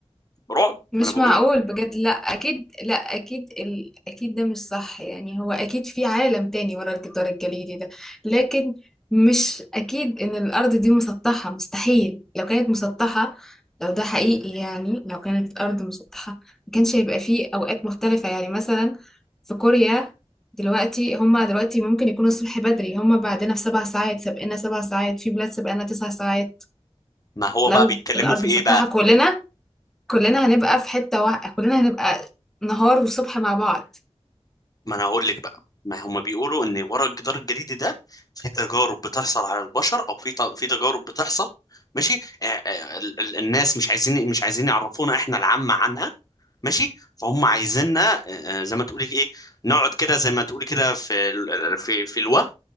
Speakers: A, on the left; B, in the centre.
A: رعب
B: مش
A: ما انا بقول
B: معقول بجد لا اكيد لا اكيد ال... اكيد ده مش صح يعني هو اكيد في عالم تاني ورا الجدار الجليدي ده لكن مش اكيد ان الارض دي مسطحة مستحيل لو كانت مسطحة لو ده حقيقي يعني لو كانت الارض مسطحة ما كانش هيبقى فيه اوقات مختلفة يعني مثلا في كوريا دلوقتي هما دلوقتي ممكن يكونوا الصبح بدري هما بعدنا بسبع ساعات سابقنا سبع ساعات في بلاد سابقنا تسع ساعات
A: ما هو
B: لو
A: بقى بيتكلموا
B: الارض
A: في
B: مسطحة
A: ايه بقى
B: كلنا كلنا هنبقى في حتة واحدة كلنا هنبقى نهار وصبح مع بعض
A: ما انا هقول لك بقى ما هم بيقولوا ان ورا الجدار الجليدي ده في تجارب بتحصل على البشر او في ت- في تجارب بتحصل ماشي آه، آه، ال- ال- الناس مش عايزين مش عايزين يعرفونا احنا العامة عنها ماشي فهم عايزيننا آه، آه، زي ما تقولي ايه نقعد كده زي ما تقولي كده في ال- في في الوهم